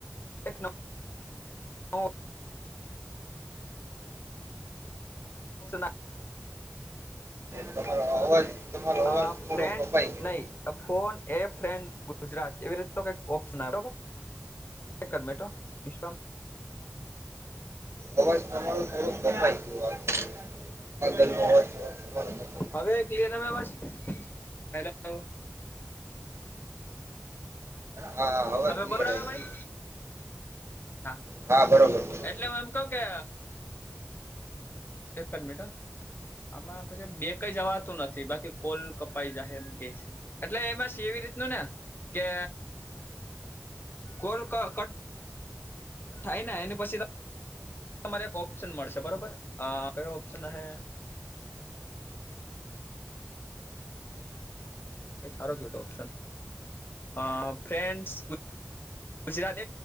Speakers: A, on the left; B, on the right.
A: એક નવો ઓપ્શન
B: તમારો અવાજ તમારો અવાજ
A: આ
B: થોડો
A: ફ્રેડ
B: કપાઈ ગયો
A: નહી ફોન એ ફેન ગુજરાત એવી રીતે તો કઈક ઓપ્શન બરોબર. <unintelligible>
B: અવાજ તમારો થોડુંક કપાઈ ગયો. <unintelligible> કપાઈ ગયો.
A: હવે ક્લિયર આવે અવાજ હેલો.
B: હા હા
A: હવે
B: ક્લિયર
A: બરાબર આવે
B: આવી
A: ભાઈ, હા.
B: હા બરોબર.
A: એટલે હું એમ કહું કે એક જ મિનિટ હ. આમાં પછી બે કઈ જવાતું નથી બાકી કોલ કપાઈ જાય એમ કે છે. એટલે એમાં એવી રીતનું ને કે કોલ કટ થાય ને એની પછી તમારે એક ઓપ્શન મળશે બરોબર કયો ઓપ્શન હ. <unintelligible> ગુજરાતી